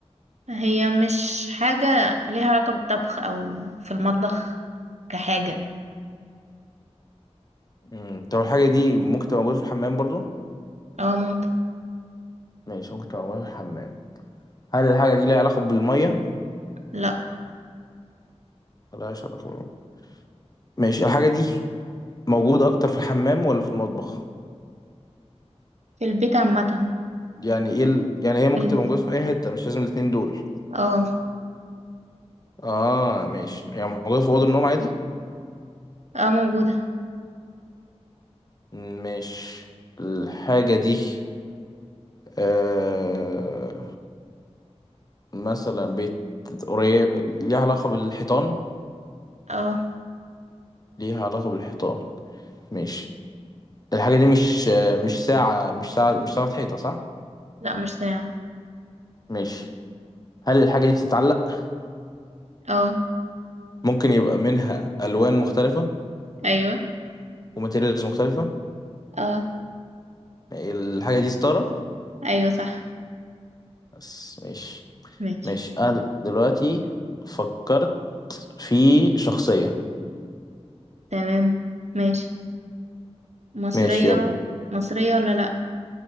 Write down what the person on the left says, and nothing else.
مم. طب الحاجة دي ممكن تبقى موجودة في الحمام برضو
ماشي ممكن تبقى موجودة في الحمام هل الحاجة دي ليها علاقة بالمية
ملهاش علاقة بالمية ماشي الحاجة دي موجودة أكتر في الحمام ولا في المطبخ
يعني ايه ال... يعني هي ممكن
تبقى موجودة في أي حتة مش لازم الاتنين دول
اه ماشي يعني موجودة في أوضة النوم عادي
مش الحاجة دي آه مثلا بيت قريب ليها علاقة بالحيطان
ليها علاقة بالحيطان مش الحاجة دي مش آه، مش ساعة مش ساعة مش ساعة حيطة صح؟
مش هل الحاجة دي بتتعلق؟
ممكن يبقى منها ألوان مختلفة
وماتيريالز مختلفة
الحاجة دي ستارة
بس مش
مش أنا دلوقتي فكرت في شخصية
ماشي يلا